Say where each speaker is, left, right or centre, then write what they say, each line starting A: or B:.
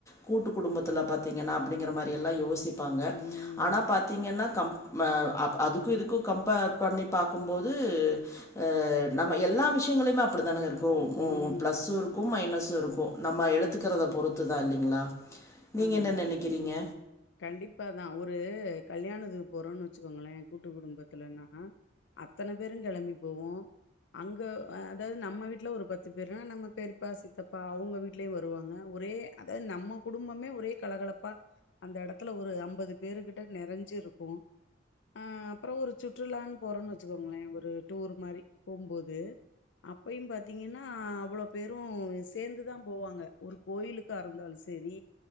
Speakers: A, on the left (about 15°); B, on the left (about 65°).
A: கூட்டு குடும்பத்தல பாத்தீங்ன்னா அப்டிங்கிற மா அப்டி எல்லா யோசிப்பாங்க.
B: ம்
A: ஆனா பாத்தீங்ன்னா கம் ம அப் அதுக்கும் இதுக்கும் கம்பேர் பண்ணி பாக்கும்போது அ நம்ப எல்லா விஷயங்களுமே அப்டி தானங்க இருக் கோ போ
B: ம்
A: ப்ளஸ்ஸு இருக்கும் மைனஸும் இருக்கும் நம்ம எடுத்துக்கிறத
B: ஆமா
A: பொறுத்து தா இல்லிங்களா. நீங்க
B: ஆமா
A: என்ன நெனக்கிறீங்க?
B: கண்டிப்பாதா ஒரு கல்யாணதுக்கு போறோன்னு வச்சுக்கோங்களே கூட்டு குடும்பத்லன்னா அத்தன பேரு கிளம்பி போவோம்‌. அங்க அ அதாவது நம்ம வீட்டுல ஒரு பத்து பேரு, நம்ம பெரியப்பா, சித்தப்பா அவுங்க வீட்லயும் வருவாங்க. ஒரே அது நம்ம குடும்பமே ஒரே கலகலப்பா அந்த எடத்ல ஒரு ஐம்பது பேரு கிட்ட நெறஞ்சு இருக்கு. அ அப்றம் ஒரு சுற்றுலான் போறோம்ன் வச்சுக்கோங்களே ஒரு டூர் மாரி போம்போது அப்பயும் பாத்தீங்கன்னா அவ்ளோ பேரும் சேந்துதா போவாங்க ஒரு கோயிலுக்கு அருந்தாலு செ தெரி